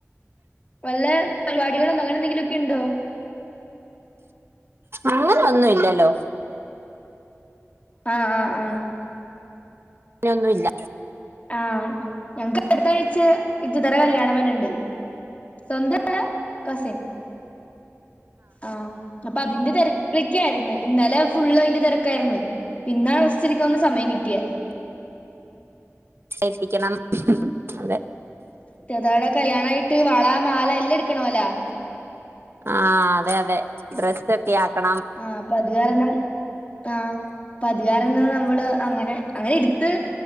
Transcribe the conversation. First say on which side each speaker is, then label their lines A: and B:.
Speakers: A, on the left; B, on the right.
A: വല്ലെ പരിപാടികളു അങ്ങനെ എന്തെങ്കിലൊക്കെ ഉണ്ടോന്ന്
B: അങ്ങനൊന്നും ഇല്ലല്ലോ
A: ആ ആഹ് ആ
B: ഞാനും ഇല്ല
A: ആഹ് ഞങ്ങക്ക്‌ അടുത്താഴ്ച്ച ഇത്തത്താന്റെ കല്യാണം വാര്ണ്ന്ന്ണ്ട് സ്വന്ത ണോ കസിൻ ആഹ് അപ്പൊ അതിന്റെ തിരകിലൊക്കെ ആരുന്നു ഇന്നലെ ഫുള്ള് അയിന്റെ തിരക്കാരുന്നു ഇന്നാ റസ്റ്റ്‌എടുക്കാൻ ഒരു സമയം കിട്ടിയെ
B: തൈപ്പിക്കണം അതെ
A: ദേജോളാ കല്യാണായിട്ട് വള മാല എല്ലാം എട് ക്കണോല
B: ആഹ് അതെ അതെ ഡ്രസ്സ് ആക്കണം
A: ആഹ് അപ്പൊ അത് കാരണം ആഹ് പ്പത് കാരണം ഞാൻ മ്മള് അങ്ങനെ അങ്ങനെ എടുത്ത്